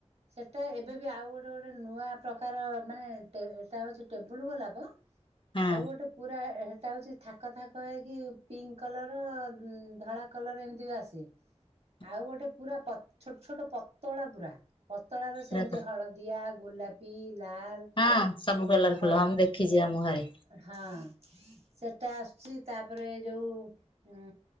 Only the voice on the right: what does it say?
ସେଇଟା ଏବେ ବି ଆଉ ଗୋଟେ ଗୋଟେ ନୂଆ ପ୍ରକାର ମାନେ ଏଇଟା ହେଉଛି ଟେବୁଲ୍ ଗୋଲାପ।
ଆଉ ଗୋଟେ ପୁରା <unintelligible> ଏଟା ହଉଛି ଥାକ ଥାକ ହେଇକି ପିଙ୍କ କଲର ଧଳା କଲର ଏମିତି ବି ଆସେ।
ଆଉ ଗୋଟେ ପୁରା ପ ଛୋଟ ଛୋଟ ପତଳା ପୁରା ପତଳା ର
ସେମିତି
ହଳଦୀ। ହଳଦିଆ ଗୋଲାପି ଲାଲ।
ଉଁ
ଧଳା
ହଁ ସେଟା ଆସୁଛି ତାପରେ ଏ ଯୋଉ ଉଁ